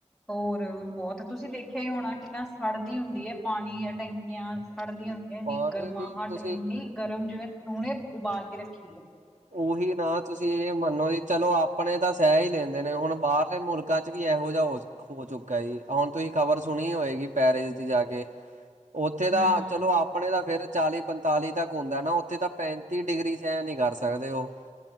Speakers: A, in the centre; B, on the right.
A: ਹੋਰ ਬਹੁਤ ਤੁਸੀਂ ਦੇਖਿਆ ਈ ਹੋਣਾ ਕਿੰਨਾ ਸੜਦੀ ਹੁੰਦੀ ਐ ਪਾਣੀ ਟੈਂਕੀਆਂ ਸੜਦੀ ਹੁੰ ਐਨੀ
B: ਪਾਣੀ
A: ਗਰਮਾਹਟ
B: ਦੀ ਤੁਸੀਂ
A: ਇੰਨੀ ਗਰਮ ਜਿਵੇਂ ਹੁਣੇ ਉਬਾਲ ਕੇ ਰੱਖੀ ਐ।
B: ਉਹੀ ਨਾ ਤੁਸੀਂ ਇਹ ਮੰਨੋ ਜੀ ਚਲੋ ਆਪਣੇ ਤਾਂ ਸਹਿ ਈ ਲੈਂਦੇ ਨੇ ਹੁਣ ਬਾਹਰਲੇ ਮੁਲਕ ਕਾਚ ਵੀ ਇਹੋ ਜਾ ਹੋ ਹੋ ਚੁੱਕਾ ਜੀ, ਹੁਣ ਤੁਸੀਂ ਖ਼ਬਰ ਸੁਣੀ ਹੋਏਗੀ ਪੈਰਿਸ ਦੀ ਜਾ ਕੇ ਉੱਥੇ
A: ਹਮ
B: ਤਾਂ ਚਲੋ ਆਪ ਆਪਣੇ ਤਾਂ ਫਿਰ ਚਾਲੀ ਪੰਤਾਲੀ ਤੱਕ ਹੁੰਦਾ ਨਾ ਉੱਥੇ ਤਾਂ ਪੈਂਤੀ ਡਿਗਰੀ ਸਹਿਣ ਨੀ ਕਰ ਸਕੇ ਸਕਦੇ ਉਹ